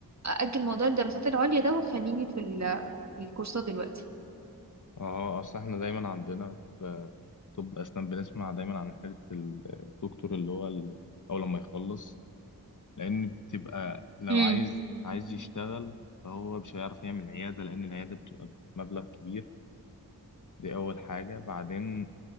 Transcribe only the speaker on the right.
أأجل موضوع الدراسات العليا ده وخليني في ال... في الكورسات دلوقتي
امم